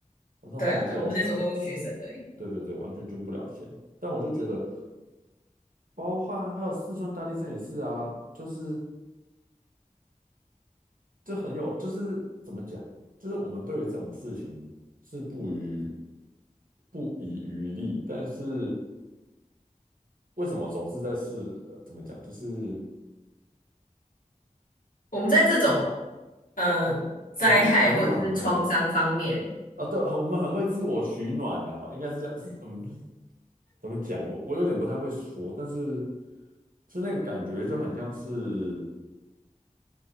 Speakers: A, on the right; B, on the left.
A: 我那时候还年纪还小，
B: 对啊，对，我们那时候都是学生而已。
A: 对对对，完全捐不了钱，但我就觉得，包括还有四川大地震也是啊，就是。这很有，就是怎么讲，就是我们对于这种事情是不遗不遗余力，但是为什么总是在试？呃，怎么讲，就是
B: 我们在这种呃灾害或者是创伤方面，
A: 很难形容哎、欸啊，对，我们很会自我取暖呐、应该是这样，是嗯，怎么讲？我我有点不太会说，但是就那个感觉就很像是，